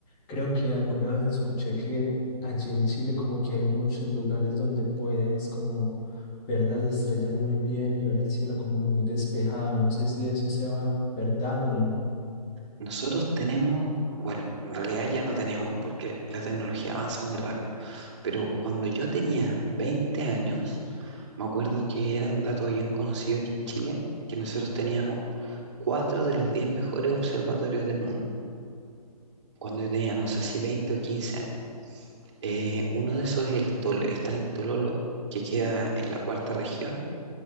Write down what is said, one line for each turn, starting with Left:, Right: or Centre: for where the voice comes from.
Left: creo que alguna vez escuché que allí en Chile como que hay muchos lugares donde puedes como ver las estrellas muy bien y ver el cielo como muy despejado. No sé si eso sea verdad o no.
Right: Nosotros tenemos, bueno, en realidad ya no tenemos porque la tecnología avanza muy rápido, pero cuando yo tenía 20 años, Me acuerdo que era un dato bien conocido aquí en Chile, que nosotros teníamos cuatro de los diez mejores observatorios del mundo, cuando yo tenía, no sé si 20 o 15 años. Eh, uno de esos es el Tol- está en el Tololo, que queda en la cuarta región,